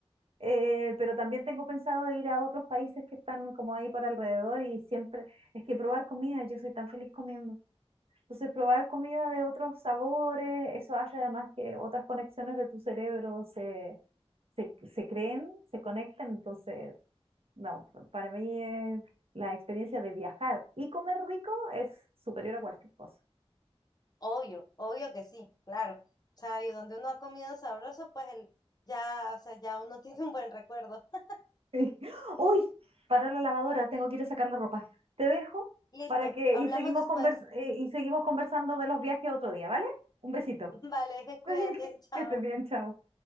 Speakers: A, on the right; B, on the left.
A: Eh, pero también tengo pensado de ir a otros países que están como ahí por alrededor y siempre es que probar comida, yo soy tan feliz comiendo. Entonces, probar comida de otros sabores, eso hace además que otras conexiones de tu cerebro se, se, se creen, se conecten. Entonces, no, para mí eh, la experiencia de viajar y comer rico es superior a cualquier cosa.
B: Obvio, obvio que sí, claro. O sea, y donde uno ha comido sabroso, pues el, ya, o sea, ya uno <laughs> tiene un buen recuerdo. <laughs>
A: <laughs> Sí. Uy, para la lavadora, tengo que ir a sacar la ropa. Te dejo
B: Listo,
A: para que
B: hablamos
A: y seguimos
B: después.
A: convers- eh, y seguimos conversando de los viajes otro día, ¿vale? Un besito.
B: <laughs> Vale, <laughs> cuídate,
A: <laughs>
B: chao.
A: Que estés bien, chao.